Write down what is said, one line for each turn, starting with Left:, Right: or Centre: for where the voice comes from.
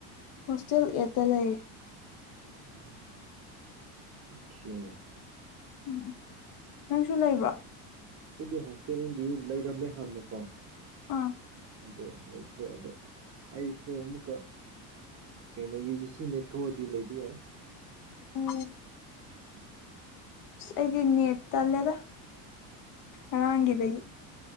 Left: ꯍꯣꯁꯇꯦꯜ ꯑꯦꯠꯇ ꯂꯩ
Right: ꯎꯝ ꯑꯦ
Left: ꯎꯝ ꯅꯪꯁꯨ ꯂꯩꯕ꯭ꯔ
Right: ꯑꯩꯗꯤ ꯍꯣꯁꯇꯦꯜꯗꯤ ꯂꯩꯔꯝꯃꯦ ꯍꯥꯟꯅꯀꯣ
Left: ꯑꯥ
Right: ꯑꯗ ꯍꯧꯗ꯭ꯔꯦꯗ ꯑꯏꯁꯨꯣꯃꯨꯀ ꯀꯩꯅꯣ ꯌꯨ ꯖꯤ ꯁꯤ ꯅꯦ ꯊꯣꯛꯑꯗꯤ ꯂꯩꯕ ꯌꯥꯏ
Left: ꯎꯝ
Right: ꯎꯝ
Left: ꯑꯩꯗꯤ ꯏꯅꯤꯠꯇꯂꯦꯗ ꯍꯗꯗꯒꯤ